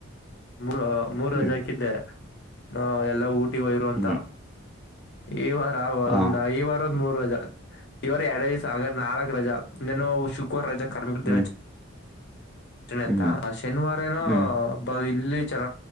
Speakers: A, on the left; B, in the centre.
A: ಮೂ ಮೂರ್
B: ಹ್ಮ್
A: ರಜೆ
B: ಹ್ಮ್
A: ಹಕಿದ್ದೆ ನ ಎಲ್ಲ ಊಟಿಗೆ ಹೋಯಿರುವಂತ
B: ಹ್ಮ್
A: ಈ ವಾರ
B: ಹಾ
A: ಒಂದ ಈ ವಾರ ಮೂರು ರಜಾ ಇವರು ಎರಡು ರಜ ಸಾಗರ್ ನಾಲ್ಕು ರಜಾ ಇನು ಶುಕವಾರ್ ರಜ ಕಾರಬೇಕರ
B: ಹ್ಮ್
A: ಣ
B: ಹ್ಮ್
A: ಅಂತ ಶನಿವಾರನೋ
B: ಹ್ಮ್
A: ಬ ಇಲ್ಲಿ ಚನ